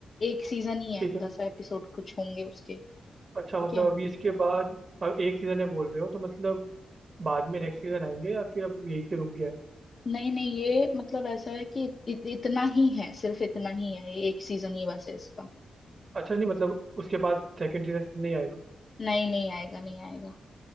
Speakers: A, on the left; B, on the right.
A: एक सीजन ही है
B: ठीक है
A: दस एपिसोड कुछ होंगे उसके
B: अच्छा
A: ठीक
B: मतलब
A: है
B: अभी इसके बाद अब एक सीजन है बोल रहे हो तो मतलब बाद में नेक्स्ट सीजन आएंगे या फिर अब यही से रुक गया है
A: नहीं नहीं ये मतलब ऐसा है कि इत, इतना ही है सिर्फ इतना ही है ये एक सीजन ही बस है इसका
B: अच्छा नहीं मतलब उसके बाद सेकंड सीजन नहीं आएगा
A: नहीं नहीं आएगा नहीं आएगा